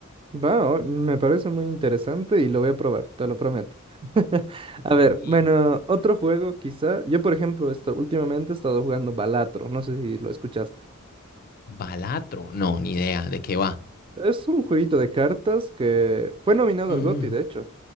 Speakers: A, on the right (about 25°); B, on the left (about 45°).
A: Va, o- me parece muy interesante y lo voy a probar, te lo prometo. <laughs> A
B: Sí.
A: ver, bueno, otro juego quizá. Yo, por ejemplo, esto, últimamente he estado jugando Balatro, no sé si lo escuchaste.
B: Balatro. No, ni idea de qué va.
A: Es un jueguito de cartas que fue nominado
B: Mm,
A: al GOTY, de hecho.